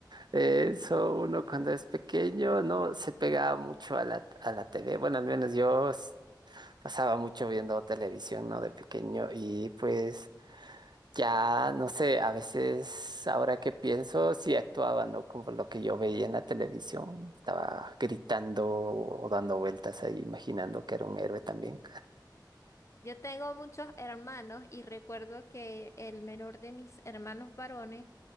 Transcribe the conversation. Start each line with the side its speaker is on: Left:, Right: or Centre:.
Right: Eso uno cuando es pequeño no se pegaba mucho a la, a la TV. Bueno, al menos yo s- pasaba mucho viendo televisión, ¿no? De pequeño y pues Ya, no sé, a veces ahora que pienso, sí actuaba, ¿no? Como lo que yo veía en la televisión, estaba gritando o dando vueltas ahí, imaginando que era un héroe también.
Left: Yo tengo muchos hermanos y recuerdo que el menor de mis hermanos varones,